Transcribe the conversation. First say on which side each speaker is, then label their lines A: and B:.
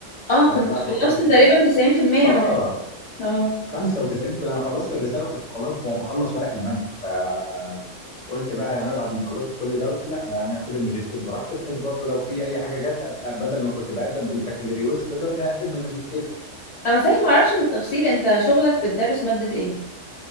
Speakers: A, on the left; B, on the left.
A: اه
B: فانا
A: كنت
B: بقى
A: خلصت
B: فكرت
A: تقريبا
B: طب
A: 90%
B: اه
A: من اه
B: 95 في انا خلصت الرساله كنت خلاص ب- بخلص ورق المنح فقلت بقى يعني انا بعد ما خلصت كل ده قلت لا يعني هاخد الماجستير براحتي بحيث برضو لو في اي حاجه جت ابقى بدل ما كنت بقدم بالبكالوريوس دلوقتي هقدم بالماجستير
A: انا صحيح ما اعرفش بالتفصيل انت شغلك بتدرس مادة ايه